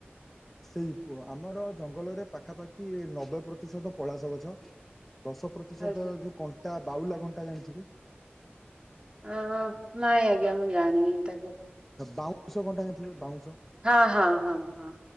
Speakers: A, in the centre; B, on the right.
A: ସେଇ ପୁଅ ଆମର ଜଙ୍ଗଲରେ ପାଖାପାଖି ନବେ ପ୍ରତିଶତ ପଳାସ ଗଛ ଦଶ ପ୍ରତିଶୋତ
B: ଆଜ୍ଞା
A: ଯୋଉ କଣ୍ଟା ବାଉଲା କଣ୍ଟା ଜାଣିଥିବେ?
B: ଆଁ ନାଇଁ ଆଜ୍ଞା ମୁଁ ଜାଣି ହି ତାକୁ
A: ବାଉଁଶ ଘଣ୍ଟା ଜାଣିଥିବ ବାଉଁ
B: ହଁ ହଁ ହଁ ହଁ।